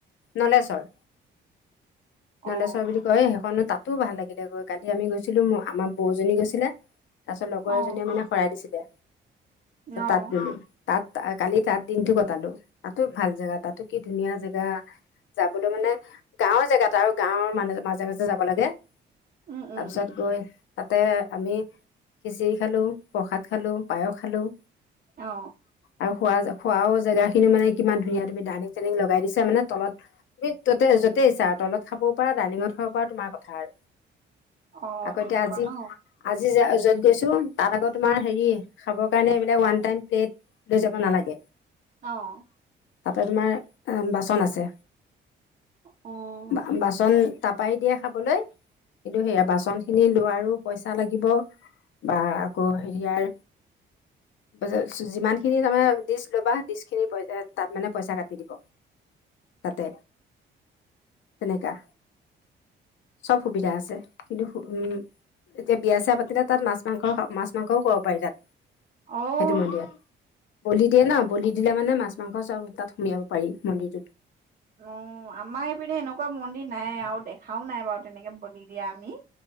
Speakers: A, on the left; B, on the right.
A: নলেশ্বৰ।
B: <inaudible> অ',
A: নন্দেশ্বৰ বুলি কয় সেইখন তাতো ভাল লাগিলে গৈ, কালি আমি গৈছিলো আমাৰ বৌজনী গৈছিলে তাৰ পিছত লগৰ
B: অ',
A: এজনীয়ে মানে শৰাই দিছিলে
B: অ',
A: ত তাত গলো, তাত তা কালি তাত দিনটো কটালো তাতো ভাল জেগা তাতো কি ধুনীয়া জেগা যাবলৈ মানে গাঁৱৰ জেগাত আৰু গাঁৱৰ মানে মাজে - মাজে যাব লাগে।
B: উম, উম,
A: তাৰপিছত গৈ তাতে আমি খিচিৰি খালো, প্ৰসাদ খালো, পায়স খালো।
B: অ।
A: আৰু খোৱা যে খোৱাও জেগাখিনি মানে কিমান ধুনীয়া, তুমি ডাইনিং - চাইনিং লগাই দিছা মানে তলত তুমি ত'তে য'তেই ইচ্ছা আৰু তলত খাব পৰা, ডাইনিঙত খাব পৰা তোমাৰ কথা আৰু।
B: অ',
A: আকৌ
B: তেনেকুৱা
A: এতিয়া আজি
B: ন
A: আজি যা য'ত গৈছো তাত আকৌ তোমাৰ হেৰি খাবৰ কাৰণে এইবিলাক ওৱান টাইম প্লেট লৈ যাব নালাগে।
B: অ।
A: তাতে তোমাৰ এ বাচন আছে
B: অ',
A: বা বাচ তন তাপাই দিয়ে খাবলৈ কিন্তু সেয়া বাচনখিনি লোৱাৰো পইচা লাগিব। বা আকৌ হেৰিয়াৰ <unintelligible> যিমানখিনি তাৰমানে দিছিলো বা দিছখিনি পইচা তাত মানে পইচা কাটি দিব তাতে। তেনেকা, চব সুবিধা আছে কিন্তু হো উম এতিয়া বিয়া-চিয়া পাতিলে তাত মাছ - মাংস হ মাছ - মাংসও খুৱাব পাৰি তাত।
B: অ',
A: সেইটো মন্দিৰত, বলি দিয়ে ন বলি দিলে মানে মাছ - মাংস চব তাত সোমিয়াব পাৰি মন্দিৰটোত।
B: অঁ আমাৰ ইপিনে এনেকুৱা মন্দিৰ নাই আৰু দেখাও নাই বাৰু তেনেকে বলি দিয়া আমি।